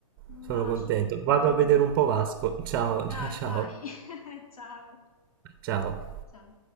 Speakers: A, on the left; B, on the right.
A: Un
B: Sono
A: bacio.
B: contento. Vado a vedere
A: <laughs>
B: un po' Vasco. Ciao,
A: Dai,
B: <laughs> ciao, ciao.
A: vai. <laughs> Ciao.
B: Ciao.
A: Ciao.